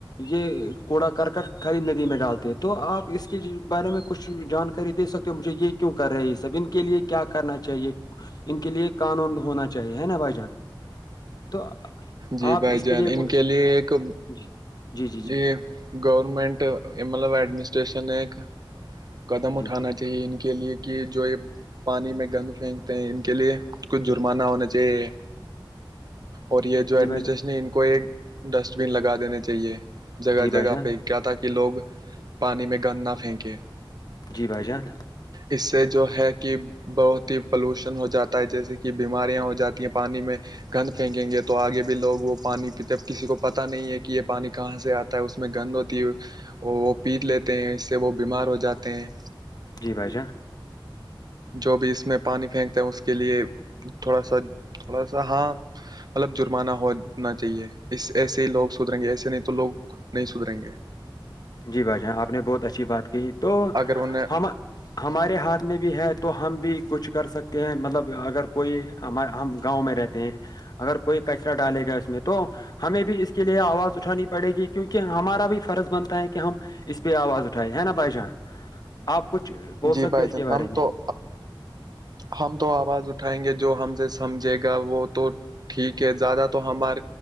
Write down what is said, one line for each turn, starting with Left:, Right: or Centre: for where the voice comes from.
Left: یہ کوڑا کر کر کھری ندی میں ڈالتے ہیں تو آپ اس کے بارے میں کچھ جانکاری دے سکتے مجھے یہ کیوں کر رہے یہ سب ان کے لیے کیا کرنا چاہیے ان کے لیے قانون ہونا چاہیے ہے نا بھائی جان تو
Right: جی
Left: آپ
Right: بھائی
Left: اس
Right: جان
Left: لیے
Right: ان
Left: کوئی
Right: کے لیے ایک
Left: جی جی جی
Right: یہ گورنمنٹ یہ مطلب ایڈمس اسٹیشن ایک قدم
Left: جی
Right: اٹھانا چاہیے ان کے لیے کہ جو یہ پانی میں گند پھینکتے ہیں ان کے لیے کچھ جرمان نہ ہونا چاہیے اور یہ جو ایڈمسٹریشن
Left: جی بھائی جان
Right: ہے ان کو ایک ڈسٹ بین لگا دینے چاہیے جگہ
Left: جی بھائی
Right: جگہ
Left: جان
Right: پہ کیا تھا کہ لوگ پانی میں گند نہ پھینکیں
Left: جی بھائی جان
Right: اس سے جو ہے کہ بہت ہی پلوشن ہو جاتا ہے جیسے کہ بیماریاں ہو جاتی ہیں پانی میں گند پھینکیں گے تو تو آگے بھی لوگ وہ پانی پیتے ہیں اب کسی کو پتہ نہیں ہے کہ یہ پانی کہاں سے آتا ہے اس میں گند ہوتی ہے اور وہ پیس لیتے ہیں اس سے وہ بیمار ہو جاتے ہیں
Left: جی بھائی جان
Right: جو بھی اس میں پانی پھینکتے ہیں اس کے لیے تھوڑا سا تھوڑا سا ہاں مطلب جرمانہ ہونا چاہیے اس ایسے ہی لوگ سدھریں گے ایسے نہیں تو لوگ نہیں سدھریں گے
Left: جی بھائی جان آپ نے بہت اچھی بات کہ تو
Right: اگر انہیں
Left: ہم ہمارے ہاتھ میں بھی ہے تو ہم بھی کچھ کر سکتے ہیں مطلب اگر کوئی ہمار ہم گاؤں میں رہتے ہیں اگر کوئی کچرا ڈالے گا اس میں تو ہمیں بھی اس کے لیے آواز اٹھانی پڑے گی کیونکہ ہمارا بھی فرض بنتا ہے کہ کہ ہم اس پہ آواز اٹھائے ہے نا بھائی جان آپ کچھ بول
Right: جی
Left: سکتے
Right: بھائی
Left: ہو اس
Right: جان
Left: کے بارے
Right: ہم
Left: میں
Right: تو ہم تو آواز اٹھائیں گے جو ہم سے سمجھے گا وہ تو ٹھیک ہے زیادہ تو ہمار